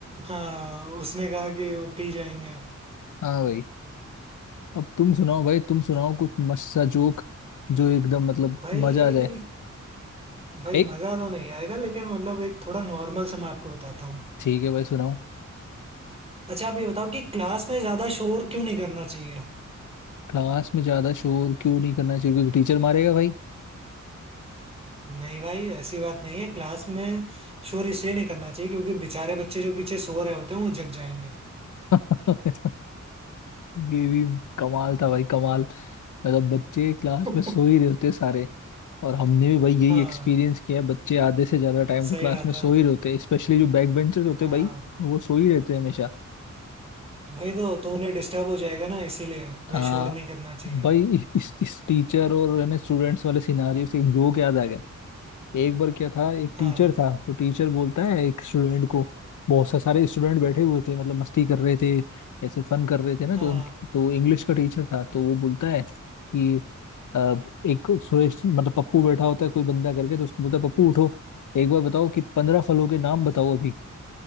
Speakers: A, on the right (about 20°); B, on the left (about 80°).
A: हाँ उसने कहा कि वो पी जाएंगे
B: हाँ भाई अब तुम सुनाओ भाई तुम सुनाओ कुछ मस्त सा जोक जो एकदम मतलब
A: भाई
B: मजा आ जाए
A: भाई
B: एक
A: मजा तो नहीं आएगा लेकिन मतलब एक थोड़ा नॉर्मल सा मैं आपको बताता हूँ
B: ठीक है भाई सुनाओ
A: अच्छा आप ये बताओ कि क्लास में ज्यादा शोर क्यों नहीं करना चाहिए
B: क्लास में ज्यादा शोर क्यों नहीं करना चाहिए क्योंकि टीचर मारेगा भाई
A: नहीं भाई ऐसी बात नहीं है क्लास में शोर इसलिए नहीं करना चाहिए क्योंकि बेचारे बच्चे जो पीछे सो रहे होते हैं वो जग जाएंगे
B: <laughs> ये भी कमाल था भाई कमाल मतलब बच्चे क्लास
A: <laughs>
B: में सो ही रहे होते सारे और हमने भी भाई यही
A: हाँ
B: एक्सपीरियंस किया है बच्चे आधे से ज्यादा टाइम
A: सही
B: तो क्लास
A: बात
B: में
A: है
B: सो ही रहे होते हैं स्पेशली जो बैक बेंचर्स होते
A: हाँ
B: हैं भाई वो सो ही रहते हैं हमेशा
A: तो वही तो तो उन्हें डिस्टर्ब हो जाएगा ना इसीलिए भाई
B: आ,
A: शोर नहीं करना चाहिए
B: भाई इस इस टीचर और है ना स्टूडेंट्स वाले सिनारियो से एक जोक याद आ गया एक बार क्या था एक
A: हाँ
B: टीचर था तो टीचर बोलता है एक स्टूडेंट को बहुत सा सारे स्टूडेंट बैठे हुए थे मतलब मस्ती कर रहे थे ऐसे फन कर रहे थे ना
A: हाँ
B: तो उन तो इंग्लिश का टीचर था तो वो बोलता है कि अ, एक सुरेश मतलब पप्पू बैठा होता है कोई बंदा करके तो उसको बोलता है पप्पू उठो एक बार बताओ कि पंद्रह फलों के नाम बताओ अभी